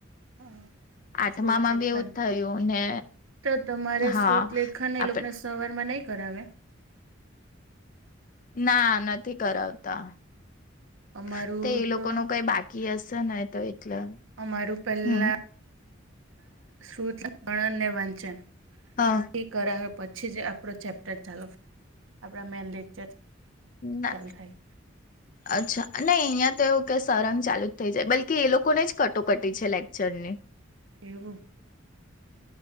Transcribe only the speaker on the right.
<inaudible>
શ્રુત
લેખન
તો તમારે
શ્રોતલેેખન એ
લોકોને સવાર માં નહી કરાવે?
અમારું
તો
અમારું પહેલા
શુત ગણનને વાંચન
એ કરાવે પછી જ આપડો ચેપ્ટર ચાલુ આપડા મેન લેક્ચર
ચાલ થાય
એવું